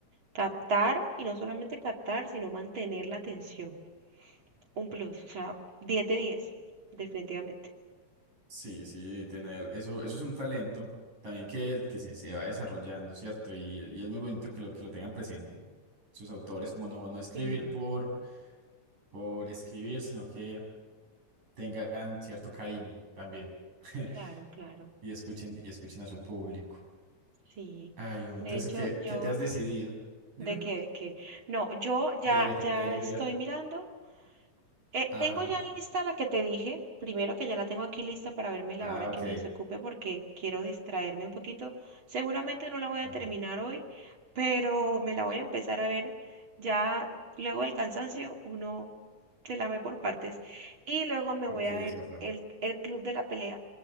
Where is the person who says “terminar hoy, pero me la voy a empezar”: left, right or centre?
Right